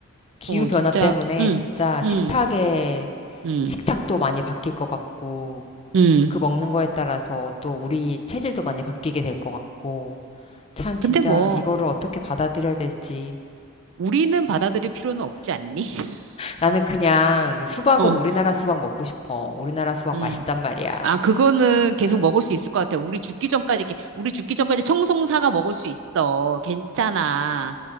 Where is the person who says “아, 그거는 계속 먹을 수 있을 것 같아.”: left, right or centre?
Right